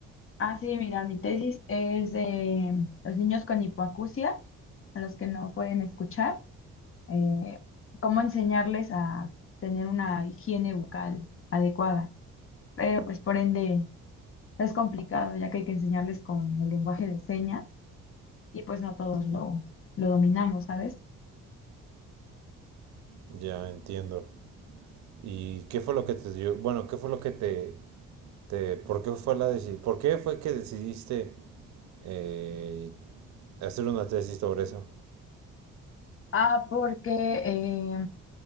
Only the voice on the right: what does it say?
Ya entiendo. ¿Y qué fue lo que te dio? Bueno, ¿qué fue lo que te, te- por qué fue la deci- por qué fue que decidiste eh, hacer una tesis sobre eso?